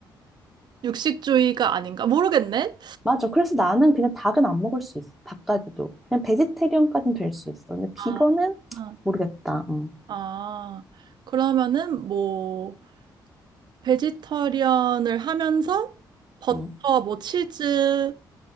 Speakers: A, on the right (about 60°); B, in the centre.
A: 육식주의가 아닌가? 모르겠네.
B: 맞아. 그래서 나는 그냥 닭은 안 먹을 수 있어. 닭까지도. 그냥 베지테리언까지는 될 수 있어. 근데 비건은
A: 아, 응.
B: 모르겠다. 음.
A: 아, 아. 그러면은 뭐 베지터리언을 하면서 버터,
B: 응,
A: 뭐 치즈,